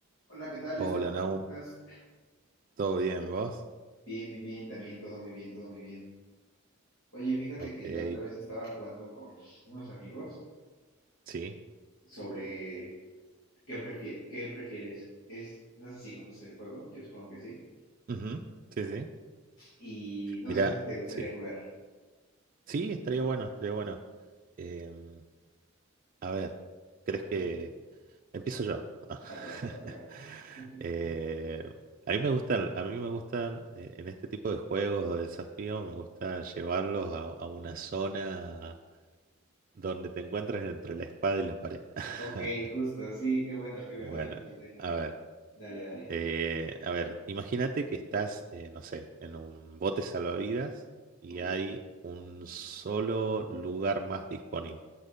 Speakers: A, on the left (about 65°); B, on the right (about 40°).
A: Hola, ¿qué tal,
B: Hola,
A: Esteban?
B: Naum.
A: ¿Cómo estás?
B: ¿Todo bien, vos?
A: Bien, bien, bien, también todo muy bien, todo muy bien. Oye, fíjate
B: Ok.
A: que la otra vez estaba jugando con unos amigos
B: Sí.
A: sobre qué prefie- qué prefieres. Es, no sé si conoces el juego, yo supongo que sí.
B: Ujú. Sí, sí.
A: Y no
B: Mirá,
A: sé si te gustaría
B: sí.
A: jugar.
B: Sí, estaría bueno, estaría bueno. Em, a ver, ¿crees
A: Ok,
B: que empiezo yo? <laughs>
A: va que va, va que va. <laughs>
B: Eh, a mí me gustan, a mí me gustan eh, en este tipo de juegos o desafíos, me gusta llevarlos a, a una zona donde te encuentres entre la espada y la pared. <laughs>
A: Ok, justo, sí, qué bueno, qué bueno,
B: Bueno,
A: a mí también, a mí también.
B: a ver.
A: Dale, dale.
B: Eh, a ver, imagínate que estás, eh, no sé, en un bote salvavidas y
A: Ok.
B: hay un solo lugar más disponible,